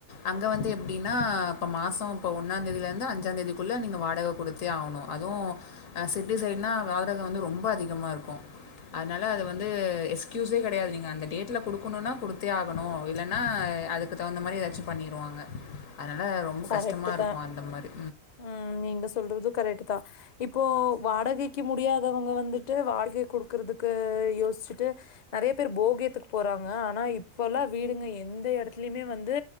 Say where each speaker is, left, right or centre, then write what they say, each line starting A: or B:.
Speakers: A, on the left; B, on the left.
A: அங்க வந்து எப்டின்னா இப்ப மாச இப்ப ஒன்னா தேதில இருந்து அஞ்சா தேதிக்குள்ள நீங்க வாடக கு டுத்தே ஆகணு அதுவு சிட்டி சைடுனா வாடக வந்து ரொம்ப அதிகமா இருக்கு அதனால அது வந்து எக்ஸ்கியூஸே கெடையாது நீங்க அந்த டேட்ல குடுக்கணுன்னா குடுத்தே ஆகணு இல்லனா அதுக் க்கு தகுந்த மாரி எதாச்சு பண்ணிருவாங்க அதனால ரொம்ப
B: கரெக்ட்டு
A: கஷ்டமாக இருக்கு
B: தான்.
A: அந்த மாதிரி
B: ம் நீங்க சொல்றது கரெக்ட் தா இப்போ வாடகைக்கு முடியாதவங்க வந்துட்டு வாடகை குடுக்குறதுக்கு யோசிச்சுட்டு நெறைய பேர் போகியத்துக்கு போறாங்க ஆனா இப்பல்லா வீடுங்க எந்த எடத்துலயுமே வந்து